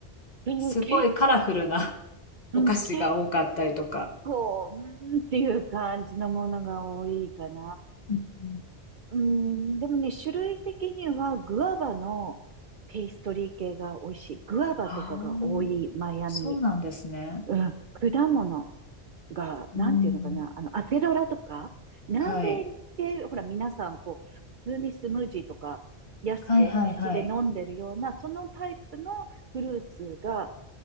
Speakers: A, on the right (about 55°); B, on the left (about 40°).
A: でもけ、
B: すごいカラフルな <laughs>
A: うん、
B: お菓子が多かったりとか。
A: 結構、うーんっていう感じのものが多いかな。
B: うん
A: うん、でもね、種類的にはグアバのペーストリー系が美味しい。グアバとかが多い、
B: ああ、
A: マイアミ。
B: そうなんですね。
A: うん、果物が、
B: うん。
A: なんていうのかな、あの、アセロラとか、南米ってほら皆さんこう、
B: はい。
A: 普通にスムージーとか安く道で飲んでるような、
B: はいはいはい。
A: そのタイプのフルーツが